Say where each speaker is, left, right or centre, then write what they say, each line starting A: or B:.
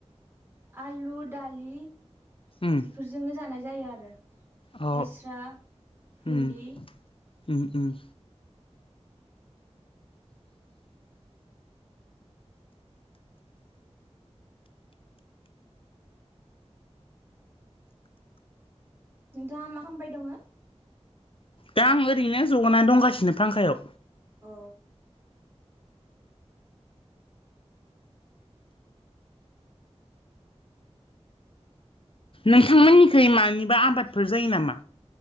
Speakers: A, on the right (about 20°); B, on the left (about 55°).
A: आलु दालि
B: उम
A: बेफोरजोंनो जानाय जायो आरो
B: अ
A: लेस्रा, भिन्दि
B: उम उम उम
A: नोंथाङा मा खालामामबाय दङो।
B: दा आं ओरैनो जगनानै दंगासिनो फांखायाव
A: औ
B: नोंथांमोननिखै मानिबा आबादफोर जायो नामा